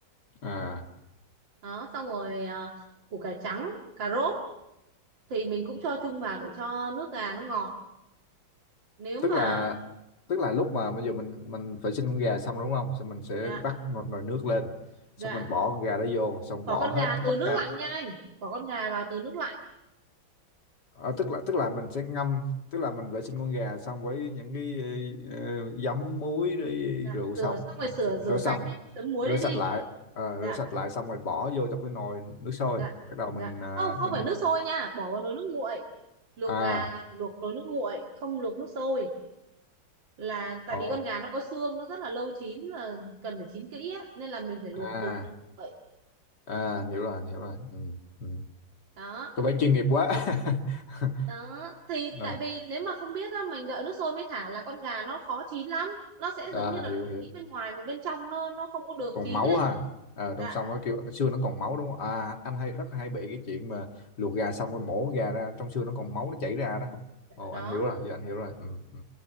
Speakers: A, on the left; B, on the right.
A: à
B: đó xong rồi à, củ cải trắng cà rốt thì mình cũng cho chung vào để cho nước gà nó ngọt nếu
A: tức
B: mà
A: là tức là lúc mà bây giờ mình mình vệ sinh con gà xong đúng không xong mình sẽ
B: gà,
A: bắt nồi, nồi nước lên xong
B: gà
A: mình bỏ con gà đó vô xong
B: bỏ
A: bỏ
B: con
A: hết
B: gà từ
A: tất
B: nước
A: cả
B: lạnh nha anh bỏ con gà vào từ nước lạnh
A: ờ, tức là tức là mình sẽ ngâm tức là mình vệ sinh con gà xong với những cái ờ, ờ, giấm muối rồi
B: dạ
A: rượu
B: rửa
A: xong
B: xong rồi
A: rồi
B: sửa
A: mình sẽ
B: rửa
A: rửa xong
B: sạch cái đấm muối
A: rửa
B: đấy
A: sạch
B: đi
A: lại Ờ,
B: dạ
A: rửa sạch lại xong rồi bỏ vô trong cái nồi nước sôi
B: dạ
A: bắt đầu
B: dạ
A: mình à,
B: không không
A: mình
B: phải nước sôi nha bỏ vào nồi nước nguội luộc
A: à
B: gà là luộc nồi nước nguội không luộc nước sôi là tại
A: ồ
B: vì con gà nó có xương nó rất là lâu chín là cần phải chín kỹ á, nên là mình phải luộc
A: à
B: từ nước nguội
A: à hiểu rồi hiểu rồi ừ, ừ.
B: đó
A: có vẻ chuyên nghiệp quá <laughs>
B: đó thì
A: Ờ.
B: tại vì nếu mà không biết á, mình đợi nước sôi mới thả là con gà nó khó chín lắm nó sẽ
A: à,
B: giống như là
A: hiểu
B: nó bị
A: hiểu
B: chín bên ngoài mà bên trong nó nó không có được
A: còn
B: chín
A: máu
B: ấy
A: ha Ờ,
B: dạ
A: trong xương nó kêu xương nó còn máu đúng không à anh hay rất hay bị cái chuyện mà luộc gà xong rồi mổ gà ra trong xương nó còn máu nó chảy ra đó ồ
B: đó
A: anh hiểu rồi giờ anh hiểu rồi ừ ừ